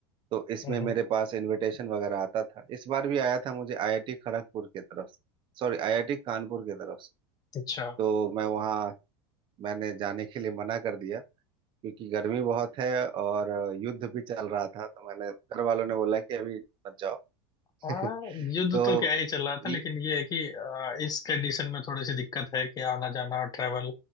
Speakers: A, on the right; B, on the left.
A: तो इसमें
B: हम्म,
A: मेरे पास इनविटेशन वगैरह आता था इस बार भी आया था मुझे आईआईटी खड़गपुर की तरफ से सॉरी आईआईटी कानपुर की तरफ से
B: अच्छा
A: तो मैं वहाँ मैंने जाने के लिए मना कर दिया क्योंकि गर्मी बहुत है और युद्ध भी चल रहा था तो मैंने घर वालों ने बोला कि अभी मत जाओ
B: हाँ
A: <laughs>
B: युद्ध
A: तो
B: तो क्या ही चल रहा था
A: ये
B: लेकिन ये है कि अ, इस कंडीशन में थोड़ी सी दिक्कत है कि आना जाना ट्रैवल